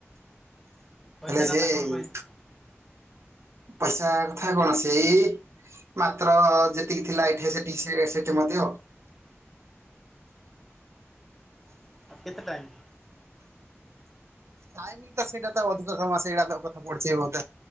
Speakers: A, in the centre; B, on the right (about 70°).
A: ପଇସା
B: ହେଲେ
A: କଥା
B: ସେ
A: କଣ କହିଛେ?
B: ପଇସା କଥା କଣ ସେଇ ମାତ୍ର ଯେତିକି ଥିଲା ଏଠି ସେତିକି ସେ ସେଠି ମଧ୍ୟ।
A: କେତେ ଟାଇମ୍?
B: ଟାଇମ ତ ସେଇଟା ତ ଅଧିକ ସମୟ ସେଇଟା ତ କଥା ପଢୁଛି ବୋଧେ।